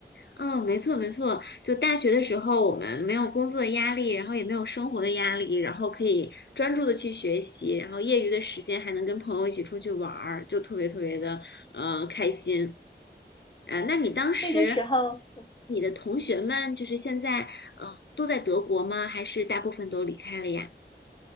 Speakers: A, on the left; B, on the left.
A: 嗯，没错没错，就大学的时候我们没有工作的压力，然后也没有生活的压力，然后可以专注的去学习，然后业余的时间还能跟朋友一起出去玩儿，就特别特别的呃开心。呃，那你当时
B: 那个时候。
A: 你的同学们就是现在呃都在德国吗？还是大部分都离开了呀？